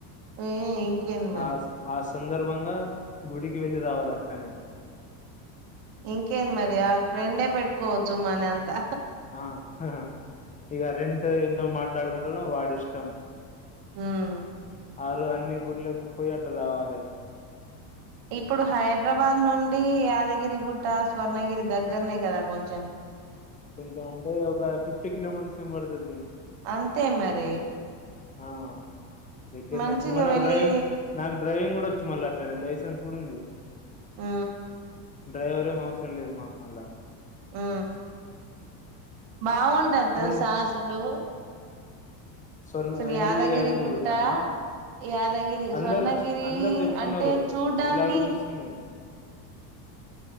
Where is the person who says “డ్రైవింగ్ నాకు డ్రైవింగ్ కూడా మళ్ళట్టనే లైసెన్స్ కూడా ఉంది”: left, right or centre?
Left